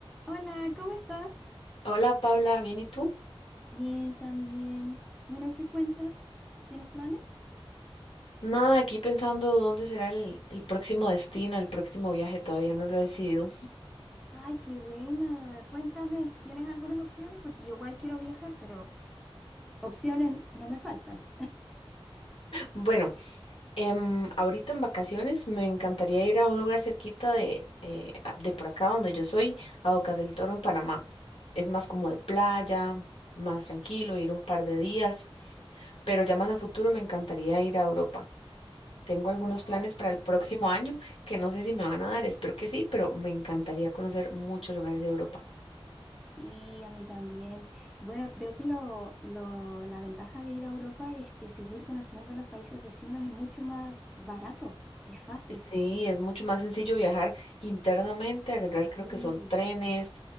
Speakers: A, in the centre; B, on the left (about 80°).
A: Hola, ¿cómo estás?
B: Hola Paula, ¿bien y tú?
A: Bien, también. Bueno, ¿qué cuentas? ¿Tienes planes?
B: Nada, aquí pensando dónde será el, el próximo destino, el próximo viaje, todavía no lo he decidido.
A: Ay, qué buena. Cuéntame, ¿tienes algunas opciones? Porque yo igual quiero viajar, pero opciones no me faltan.
B: Bueno, em, ahorita en vacaciones me encantaría ir a un lugar cerquita de, eh, a- de por acá donde yo soy, a Bocas del Toro en Panamá. Es más como de playa, más tranquilo, ir un par de días, pero ya más a futuro me encantaría ir a Europa. Tengo algunos planes
A: Ay, qué
B: para el
A: rico.
B: próximo año que no sé si me van a dar, espero que sí, pero me encantaría conocer muchos lugares de Europa.
A: Sí, a mí también. Bueno, creo que lo, lo- la ventaja de ir a Europa es que seguir conociendo los países vecinos es mucho más barato y fácil.
B: Sí, es mucho más sencillo viajar internamente, agarrar creo
A: Sí.
B: que son trenes